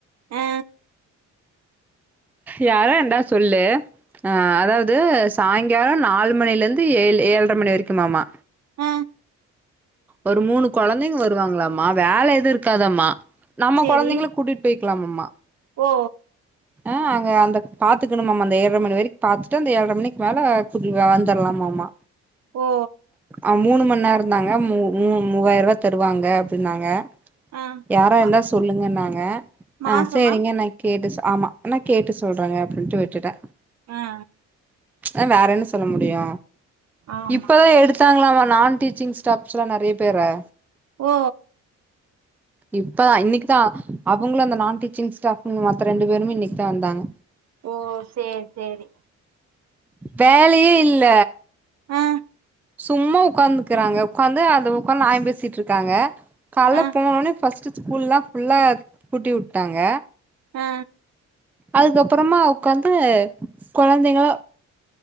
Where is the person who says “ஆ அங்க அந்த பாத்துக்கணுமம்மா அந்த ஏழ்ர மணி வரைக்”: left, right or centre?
Centre